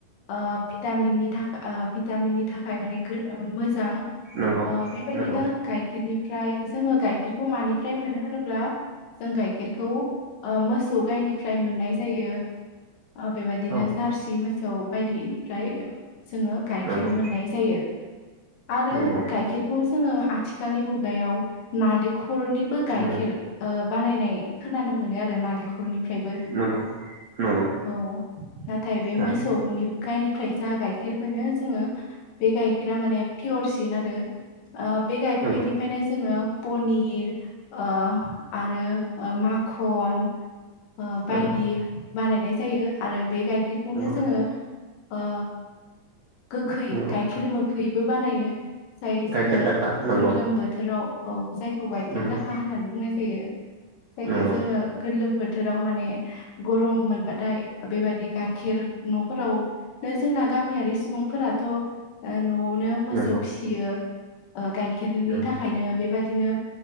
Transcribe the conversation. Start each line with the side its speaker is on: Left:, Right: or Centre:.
Left: ओ भिटामिननि थाखा ओ भिटामिननि थाखाय माने गो ओ मोजां
Right: नंगौ
Left: ओ बेबायदिनो
Right: नंगौ
Left: गाय खेरनिफ्राय जोङो गाइखेरखौ मानिफ्राय मोनो होनोब्ला जों गाइखेरखौ ओ मोसौ गायनिफ्राय मोननाय जायो ओ बेबायदिनो
Right: औ
Left: जारसि मो सौ बायदिनिफ्राय जोङो गाइखेर
Right: नंगौ
Left: मोननाय जायो। आरो
Right: नंगौ
Left: गाइखेरखौ जोङो आथिखालनि मुगायाव नालेखलनि बो गाइखेर
Right: नंगौ
Left: ओ बानायनाय खोनानो मोनो आरो नालेखरनि फ्रायबो
Right: नंगौ नंगौ
Left: औ नाथाय बे
Right: थारैनो
Left: मोसौनि गायनिफ्राय जा गाय खेर मोनो जोङो बे गाइखेरा माने पियर सिन आरो ओ बे गाइखेरनि
Right: नंगौ
Left: फ्रायनो जोङो पनिर अ आरो ओ माखन ओ बायदि
Right: नंगौ
Left: बानायनाय जायो आरो बे गाइखेरखौनो
Right: नंगौ
Left: जोङो ओ गोखै
Right: नंगौ
Left: गाइखेर मोखैबो बानायो। जाय
Right: गाइखेर
Left: जोङो
Right: दाखा नंगौ
Left: गोरलोम बोथोराव औ जायखौ गाइखेर
Right: नंगौ
Left: जाखा होननानै बुंनाय जायो। जायखौ
Right: नंगौ
Left: जोङो गोरलोम बोथोराव माने गरम मोनबाथाय बेबायदि गाइखेर न'फोराव नो जोंना गा मियारि सुबुंफोराथ' ओ न'आवनो मोसौ
Right: नंगौ
Left: फिसियो। ओ गाइखेरनि
Right: नंगौ
Left: थाखायनो बेबायदिनो